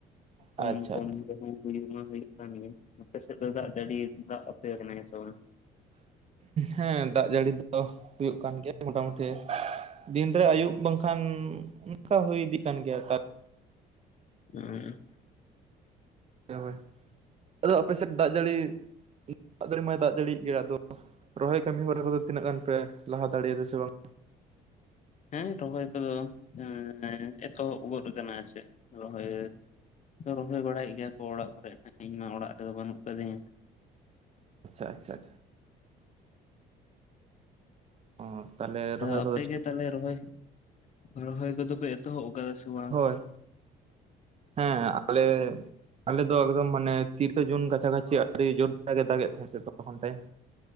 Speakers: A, on the right; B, on the left.
A: ᱟᱪᱪᱷᱟ
B: <unintelligible> ᱢᱟ ᱦᱩᱭᱩᱜ ᱠᱟᱱ ᱜᱮ ᱟᱯᱮ ᱥᱮᱫ ᱫᱚ ᱫᱟᱜ ᱟᱹᱰᱤ ᱫᱟᱜ ᱟᱯᱮ ᱠᱟᱱᱟ ᱥᱮ ᱵᱟᱝ
A: ᱦᱮᱸ ᱫᱟᱜ ᱡᱟᱹᱲᱤ ᱫᱚ ᱦᱩᱭᱩᱜ ᱠᱟᱱ ᱜᱮᱭᱟ ᱢᱳᱴᱟᱢᱩᱴᱤ ᱫᱤᱱᱨᱮ ᱟᱹᱭᱩᱵ ᱵᱟᱝᱠᱷᱟᱱ ᱱᱚᱱᱠᱟ ᱦᱩᱭ ᱤᱫᱤᱜ ᱠᱟᱱ ᱜᱮᱭᱟ ᱟᱨ
B: ᱦᱩᱸ
A: ᱦᱳᱭ ᱟᱫᱚ ᱟᱯᱮ ᱥᱮᱫ ᱫᱟᱜ ᱡᱟᱹᱲᱤ ᱫᱟᱜ ᱫᱟᱲᱮ ᱢᱟᱭ ᱫᱟᱜ ᱫᱟᱲᱤᱭᱟᱜ ᱜᱮ ᱟᱫᱚ ᱨᱚᱦᱚᱭ ᱠᱟᱹᱢᱤ ᱦᱚᱨᱟ ᱠᱚᱫᱚ ᱛᱤᱱᱟᱹᱜ ᱜᱟᱱ ᱯᱮ ᱞᱟᱦᱟ ᱫᱟᱲᱮᱭᱟᱫᱟ ᱥᱮ ᱵᱟᱝ
B: ᱦᱮᱸ ᱨᱚᱦᱚᱭ ᱠᱚᱫᱚ <unintelligible> ᱮᱛᱚᱦᱚᱵ ᱜᱚᱫ ᱠᱟᱱᱟ ᱟᱨ ᱪᱮᱫ ᱨᱚᱦᱚᱭ ᱨᱚᱦᱚᱭ ᱵᱟᱲᱟᱭᱮᱜ ᱜᱮᱭᱟ ᱠᱚ ᱚᱲᱟᱜ ᱠᱚᱨᱮ ᱤᱧ ᱢᱟ ᱚᱲᱟᱜ ᱨᱮᱫᱚ ᱵᱟᱹᱱᱩᱜ ᱠᱟᱹᱫᱤᱧᱟ
A: ᱟᱪᱪᱷᱟ ᱟᱪᱪᱷᱟ ᱚ ᱛᱟᱦᱚᱞᱮ ᱨᱚᱦᱚᱭ
B: ᱟᱯᱮ
A: ᱠᱚᱫᱚ
B: ᱜᱮ ᱛᱟᱦᱚᱞᱮ ᱨᱚᱦᱚᱭ ᱨᱚᱦᱚᱭ ᱠᱚᱫᱚ ᱠᱚ ᱮᱛᱚᱦᱚᱵ ᱠᱟᱫᱟ ᱥᱮ ᱵᱟᱝ
A: ᱦᱳᱭ ᱦᱮᱸ ᱟᱞᱮ ᱟᱞᱮ ᱫᱚ ᱮᱠᱫᱚᱢ ᱢᱟᱱᱮ ᱛᱤᱨᱤᱥᱮ ᱡᱩᱱ ᱠᱟᱪᱷᱟ ᱠᱟᱪᱷᱤ ᱟᱹᱰᱤ ᱡᱳᱨ ᱫᱟᱜ ᱜᱮᱫ ᱫᱟᱜ ᱜᱮᱫ ᱛᱟᱦᱮᱱ ᱥᱮ ᱛᱚ ᱠᱷᱚᱱ ᱴᱟᱭᱮᱢ